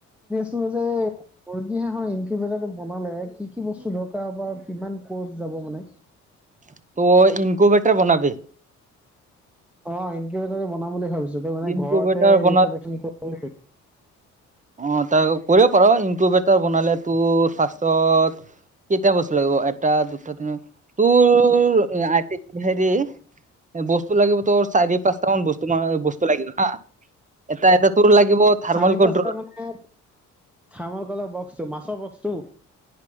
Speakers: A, in the centre; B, on the right.
A: ত যে ৰ্ হকবনালে কি কি বস্তু দকাৰ হ কি মানে
B: ত ইনকোবেটাৰ বনাব
A: অকিট বনাম বুলি ভাবিছো তই মানে
B: ইনকুবেটাৰ
A: ঘৰতে
B: বনা
A: বুলি ভ
B: অ তাৰ কৰিব পাৰো ইনকবটৰ বনালে তোৰ ফাৰ্ষত কেতিয়া বস্তু লাগিব এটা দুটা তিনি তোৰ আই বস্তু লাগিব তোৰ চাৰি পাঁচটা মান বস্তু ম বস্তু লাগিব হা এটা এটা তোৰ লাগিব থাৰ্মেল
A: চাৰি
B: কন্ট্ৰল
A: পাঁচটা মানে থামৰ কলপ ব্সটো মাছৰ বক্সটো